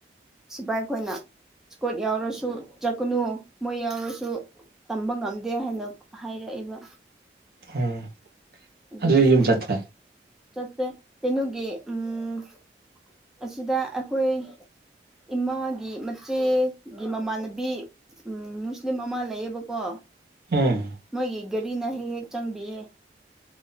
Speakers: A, in the centre; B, on the right (about 55°).
A: ꯁꯤꯐꯥꯏ ꯈꯣꯏꯅ ꯏꯁꯀꯣꯠ ꯌꯥꯎꯔꯁꯨ ꯆꯠꯀꯅꯨ ꯃꯣꯏ ꯌꯥꯎꯔꯁꯨ ꯇꯝꯕ ꯉꯝꯗꯦ ꯍꯥꯏꯅ ꯍꯥꯏꯔꯛꯑꯦꯕ
B: ꯎꯝ
A: ꯑꯗꯨꯒꯤ
B: ꯑꯗꯨꯗꯤ ꯌꯨꯝ ꯆꯠꯇ꯭ꯔꯦ
A: ꯆꯠꯇꯦ ꯀꯩꯅꯣꯒꯤ ꯎꯝ ꯑꯁꯤꯗ ꯑꯩꯈꯣꯏ ꯏꯃꯥꯒꯤ ꯃꯆꯦꯒꯤ ꯃꯃꯥꯟꯅꯕꯤ ꯎꯝ ꯃꯨꯁꯂꯤꯝ ꯑꯃ ꯂꯩꯌꯦꯕꯀꯣ
B: ꯎꯝ
A: ꯃꯣꯏꯒꯤ ꯒꯔꯤꯅ ꯍꯦꯛ ꯍꯦꯛ ꯆꯪꯕꯤꯌꯦ